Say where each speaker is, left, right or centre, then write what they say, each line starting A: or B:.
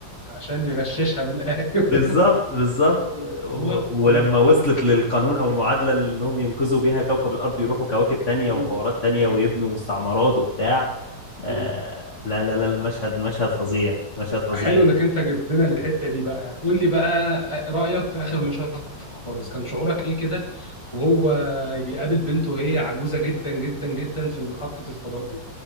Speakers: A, on the left; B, on the left.
A: عشان يغششها بالايوه
B: بالظبط بالظبط
A: <laughs>
B: و-
A: أيوة. مم.
B: ولما وصلت للقانون او المعادله اللي انهم ينقذوا بيها كوكب الارض ويروحوا كواكب تانية
A: مم.
B: وحوارات تانية
A: مم.
B: ويبنوا مستعمرات وبتاع آه،
A: مم.
B: لا لا لا المشهد مشهد فظيع مشهد فظيع
A: حلو انك انت جبت لنا الحته دي بقى قول لي بقى رايك في اخر مشهد خالص كان شعورك ايه كده وهو بيقابل بنته وهي عجوزه جدا جدا جدا في محطه الفضاء دي